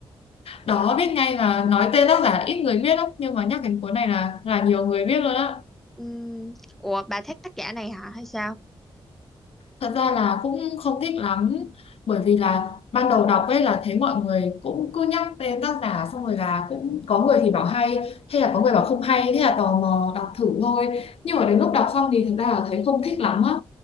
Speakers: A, on the left; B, in the centre.
A: đó biết ngay là nói tên tác giả là ít người biết lắm nhưng mà nhắc đến cuốn này là là nhiều người biết luôn á
B: Ừm, ủa bà thích tác giả này hả hay sao?
A: Thật ra là cũng không thích lắm bởi vì là ban đầu đọc ấy là thấy mọi người cũng cứ nhắc tên tác giả xong rồi là cũng có người thì bảo hay hay là có người bảo không hay thế là tò mò đọc thử thôi nhưng mà đến lúc đọc xong thì thật ra là thấy không thích lắm á